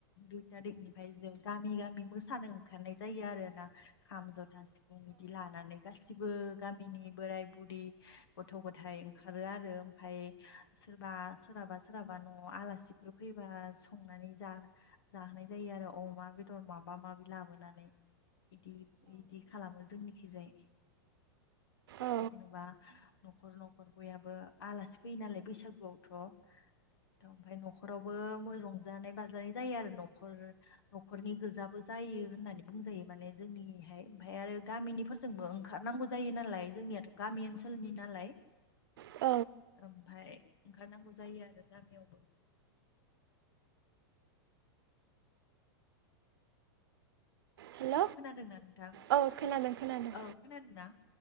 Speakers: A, on the left; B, on the right.
A: दुइ तारिखनिफ्राय जों गामि गामि मोसानो ओखारनाय जायो आरोना खाम-जथा, सिफुं बिदि लानानै गासिबो गामिनि बोराय-बुरि गथ' गथाइ ओंखारो आरो ओमफाय सोरबा सोरहाबा सोरहाबा न'आव आलासिफोर फैबा संनानै जा जाहोनाय जायो आरो अमा बेदर माबा माबि लाबोनानै, बिदि इदि खालामो जोंनिखिजाय।
B: औ
A: जेनेबा न'खर न'खर बयाबो आलासि फैयो नालाय बैसागुआवथ' ओमफ्राय न'खरावबो रंजानाय बाजानाय जायो आरो न'खर नख न'खरनि गोजाबो जायो होननानै बुंजायो माने जोंनिहाय ओमफ्राय आरो गामिनि फोरजोंबो ओंखारनांगौ जायो नालाय जोंनियाथ' गामि ओनसोल ओनसोलनि नालाय,
B: औ
A: ओमफ्राय ओंखारनांगौ जायो आरो गामियावबो।
B: हेल'
A: खोनादोंना नोंथां?
B: औ खोनादों खोनादों
A: औ खोनादोंना?